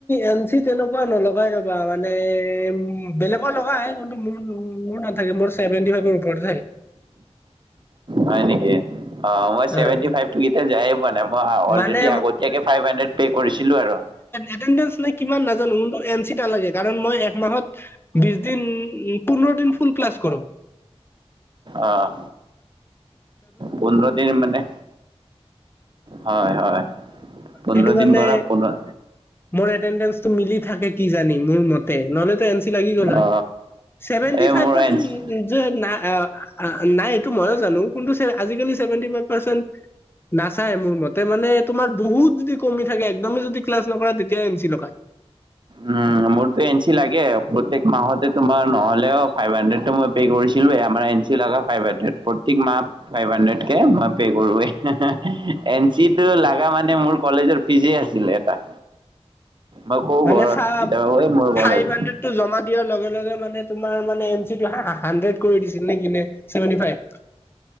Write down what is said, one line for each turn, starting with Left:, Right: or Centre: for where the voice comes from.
Left: এন চি তেনেকুৱা নলগাই ৰ'বা মানে উ বেলেগৰ লগাই। অ মোৰ মোৰ নাথাকে মোৰ ছেভেনটি ফাইভৰ ওপৰতে থাকে।
Right: হয় নেকি? অ মই
Left: হয়
Right: চছেভেনটি ফাইভ টকেই যায় পোৱা নাই মই অলৰেডি
Left: মানে
Right: আগতীয়াকে ফাইভ হাড্ৰেড পে' কৰিছিলো আৰু
Left: এটেডে ন কিমান নাজানো কিন্তটো এন চিটা লাগে কাৰণ মই একমাহত- বিশ দিন পোন্ধৰ দিন ফুল ক্লাছ কৰো।
Right: আহ পোন্ধৰ দিন মানে। হয় হয়। পোন্ধৰ
Left: সেইটো কাৰণে
Right: দিন কৰা পন্-
Left: মোৰ এটেডেঞ্চটো মিলি থাকে কি জানি মোৰ মতে নহলেতো এন চি লাগি গ'ল হয়।
Right: অ
Left: ছেভেণ্টি
Right: এই
Left: ফাইভ
Right: মোৰ
Left: পাৰ্চেণ্ট
Right: এন
Left: ন-
Right: চি
Left: যে নাই নাই এইটো ময়ো জানো কিন্তু আজিকালিভেটি ফাইভ পাৰ্চণ্ট নাচাই মোৰ মতে মানে তোমাৰ বহুত যদি কমি থাকে একদমেই যদি ক্লাছ নকৰা তেতিয়া এম চি লগায়।
Right: উম মোৰতো এনঞ্চি লাগে প্ৰতেক মাহতে তোমাৰ নহলেও ফাইভ হাড্ৰেডটো মই পে কৰিছিলেই আমাৰ এন চি লগ ফাইভ হাণ্ড্ৰেড প্ৰত্যেক মাহ- ফাইভ হাড্ৰেড কে মই পে' কৰোৱে এন- চিটো লগা মানে মোৰ কলেজৰ ফিজে আছিলে। এটা মই কওঁ
Left: মানে
Right: ঘৰত
Left: ফা
Right: কেতিয়াবাে মোৰ
Left: ফাইভ
Right: কলেজ
Left: হাণ্ড্ৰেড টো জমা দিয়াৰ লগে লগে মানে তোমাৰ মানে এন চিটো হাড্ৰেড কৰি দিছিল নে কি ননে- চেভেণ্টি ফাইভ-